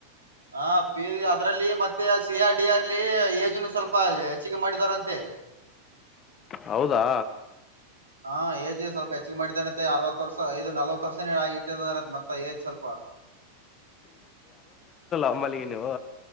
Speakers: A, on the right (about 75°); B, on the left (about 25°).
A: ಹ ಪಿ ಅದರಲ್ಲಿ ಮತ್ತೆ ಸಿ ಆ ಡಿ ಆರ್ಲಿ ಸ್ವಲ್ಪ ಹೆಚ್ಚಿಗೆ ಮಾಡಿದಾರಂತೆ
B: ಹೌದಾ
A: ಹಾಂಏಜ್ ಸ್ವಲ್ಪ ಹೆಚ್ಚಿಗೆ ಮಾಡಿದೇತೆ ಅರವತ್ತು ವರ್ಷ ಐದು ನಲ್ವತ್ತು ವರ್ಷ ಮತ್ತ ಏದ್ ಸ್ವಲ್ಪ
B: ಅಂಬಲ್ಲಿಗೆ ನೀವು